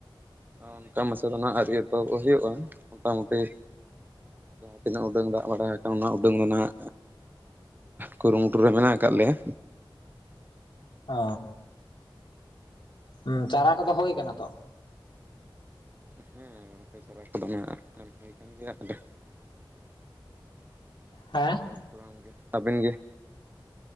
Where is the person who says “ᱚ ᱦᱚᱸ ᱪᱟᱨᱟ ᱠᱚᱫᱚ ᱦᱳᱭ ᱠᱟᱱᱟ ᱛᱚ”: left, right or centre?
Left